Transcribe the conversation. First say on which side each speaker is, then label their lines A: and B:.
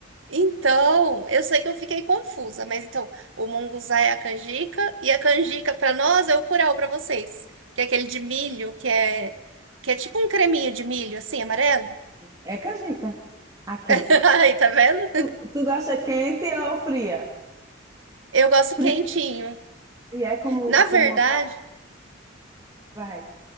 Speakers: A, on the right; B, on the right.
A: Então, eu sei que eu fiquei confusa, mas então, o monguzá é a canjica e a canjica para nós é o curau para vocês, que é aquele de milho, que é que é tipo um creminho de milho assim, amarelo.
B: É é canjica. Aqui.
A: <laughs> Aí, tá vendo?
B: Tu, tu gosta quente ou fria?
A: Eu gosto
B: Fria
A: quentinho.
B: e é como,
A: Na
B: como
A: verdade,
B: uma papai.